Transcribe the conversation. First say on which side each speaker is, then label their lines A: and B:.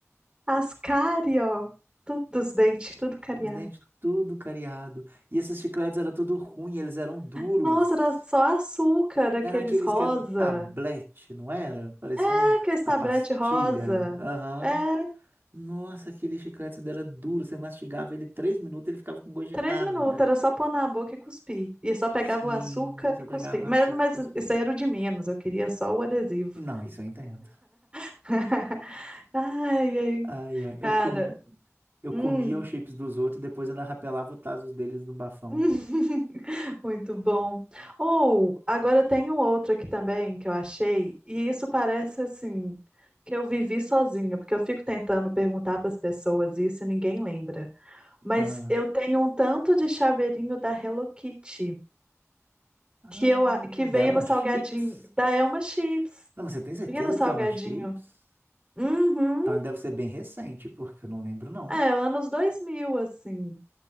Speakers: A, on the right (about 20°); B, on the right (about 45°).
A: As cárie, ó, tudo os dentes, tudo cariado.
B: Os dentes tudo cariado. E esses chicletes eram tudo ruim, eles eram duros.
A: Nossa, era só açúcar, aqueles
B: Era aqueles
A: rosa.
B: que eram um tablete, não era? Parecia
A: Ah,
B: um,
A: aquele tablete
B: uma pastilha.
A: rosa.
B: Aham.
A: É,
B: Nossa, aquele chiclete ainda era duro. Você mastigava ele três minutos, ele ficava com gosto de
A: três
B: nada.
A: minutos, era só pôr na boca e cuspir. E só pegava
B: Sim,
A: o açúcar
B: você
A: e
B: pegava
A: cuspir. Mas,
B: açúcar
A: mas
B: e cuspia.
A: isso aí era o de menos, eu queria só o adesivo.
B: E Não, isso eu entendo.
A: <laughs> Ai, ai,
B: Ai, ai. Eu,
A: cara.
B: com... eu
A: Hum.
B: comia os chips dos outros e depois ainda rapelava os tazos deles no bafão.
A: <laughs> Muito bom. Ou, agora tem um outro aqui também que eu achei, e isso parece assim, que eu vivi sozinha, porque eu fico tentando perguntar para as pessoas isso e ninguém lembra. Mas
B: Ah.
A: eu tenho um tanto de chaveirinho da Hello Kitty
B: Ah,
A: que eu a- que veio
B: daí é uma
A: no salgadinho
B: chips?
A: da Elma Chips.
B: Não, mas você tem certeza
A: Vinha no salgadinho.
B: que é uma chips?
A: Uhum.
B: Então ele deve ser bem recente, porque eu não lembro, não.
A: É, anos 2000 assim.